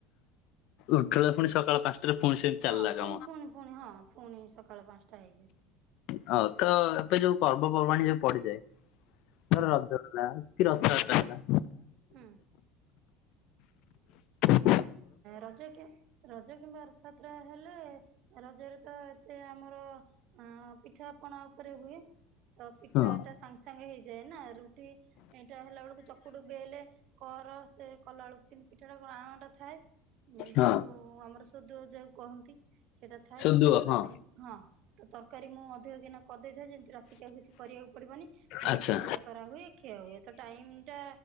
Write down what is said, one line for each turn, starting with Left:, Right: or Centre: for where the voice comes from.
Left: ଉଠିଲା ପୁଣି ସକାଳ ପାଞ୍ଚଟାରେ ପୁଣି ସେମିତି ଚାଲିଲା
Right: ହଁ
Left: କାମ
Right: ଫୁଣି ଫୁଣି ଫୁଣି ହଁ ଫୁଣି ସକାଳ ପାଞ୍ଚଟା ହେଇଯାଏ
Left: ହ ତ ଏବେ ଯୋଉ ପର୍ବପର୍ବାଣି ଯୋଉ ପଡିଯାଏ ତର ରଜଗଲା।
Right: ହୁଁ।
Left: <unintelligible>
Right: ରଜ କି ରଜ କିମ୍ବା ରଥଯାତ୍ରା ହେଲେ ରଜରେ ତ ଏତେ ଆମର ଅ ପିଠା ପଣା ଉପରେ ହୁଏ ତ ପିଠା
Left: ହଁ
Right: ଟା ସାଙ୍ଗସାଙ୍ଗ ସାଙ୍ଗେ ହେଇଯାଏ ନା ରୁଟି ଏଇଟା ହେଲାବେଳକୁ ଚକୁଟୁ ବେଲେ କର ସେ କଲା ବଳକୁ କିନ୍ତୁ ପିଠାଟା କଣ ଆଣ ଟା ଥାଏ ଯୋଉ
Left: ହଁ
Right: ଉ ଆମର ସୋଦୁଅ ଯାହାକୁ କହନ୍ତି ସେଇଟା ଥାଏ
Left: ସୋଦୁଅ
Right: ତ ପିଠାଟା
Left: ହଁ।
Right: ସାଙ୍ଗ ହଁ। ତ ତରକାରୀ ମୁଁ ଅଧିକ କିନା କରିଦେଇଥାଏ ଯେମିତି ରାତିକି ଆଉ କିଛି କରିବାକୁ ପଡିବନି। ଖାଲି
Left: ଆଚ୍ଛା।
Right: ପିଠା ଟା କରା ହୁଏ ଖିଆ ହୁଏ। ତ ଟାଇମ ଟା